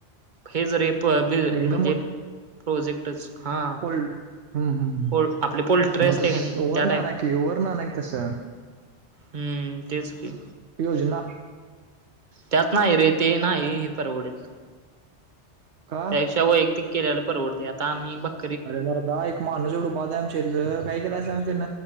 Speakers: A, on the right; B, on the right.
A: हे ज रे म्हणजे
B: एकदम
A: प्रोजेक्ट हा
B: ह्म ह्
A: पोल आपली पोल्ट्री असते
B: मग तस
A: का नाही
B: ओवर
A: त्या टाईप
B: ना क ओ्ह ना नाहीक तसं
A: हम्म तेच की
B: योजना
A: त्यात नाही रे ते नाही हे परवडेत
B: का?
A: त्यापेक्षा वैयक्तिक केला परवडते आता आम्ही बघ
B: अरे मरदा एक माणूस एवढ बाद हाय आमच्यातल काय केलाय सांग तेन